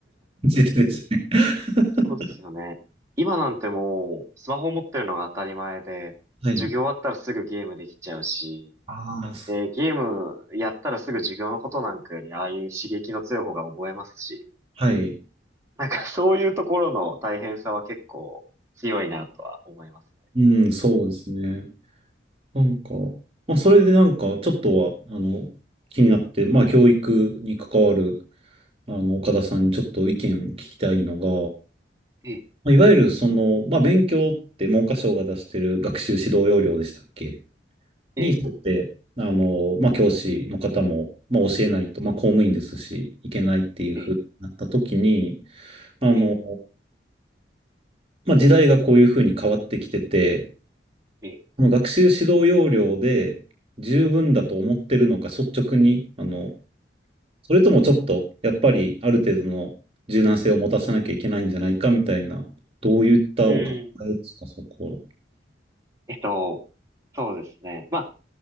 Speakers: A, on the right; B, on the right.
A: じで
B: うん
A: <laughs> ですね。<laughs>
B: そうですよね。今なんてもう、スマホを持ってるのが当たり前で、
A: はい。
B: 授業終わったらすぐゲームできちゃうし、
A: <laughs> ああ、
B: で、ゲームやったらすぐ授業のことなんかより、ああいう刺激の強い方が覚えますし、
A: はい。
B: なんかそういうところの大変さは結構強いなとは思います
A: うん、そうですね。なんか、まあ、それでなんか、ちょっとは、あの、気になって、まあ、教育に関わる、あの、岡田さんにちょっと意見聞きたいのが、
B: ね。
A: まあ、いわゆる、その、まあ、勉強って文科省が出してる学習指導要領でしたっけ
B: ええ、
A: に沿って、あの、まあ、教師の方も、まあ、教えないと、まあ、公務員ですし、いけないっていうふうになった時に、
B: ええ、
A: あの、
B: ええ、
A: まあ、時代がこういうふうに変わってきてて、
B: ええ。
A: その学習指導要領で十分だと思ってるのか、率直に、あの、それともちょっと、やっぱりある程度の柔軟性を持たせなきゃいけないんじゃないかみたいな、どういったお考えですか、
B: うん。
A: そこ。
B: えっと、そうですね。まあ、